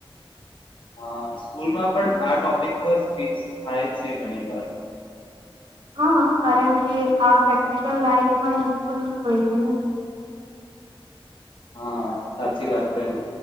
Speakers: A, on the left; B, on the right.
A: હ સ્કૂલમાં પણ આ ટોપિક પર સ્પીચ થાય છે ઘણી વાર.
B: હા કારણ કે આ પ્રેક્ટિકલ લાઈફમાં યુઝફુલ હોય છેને.
A: હા સાચી વાત કહી,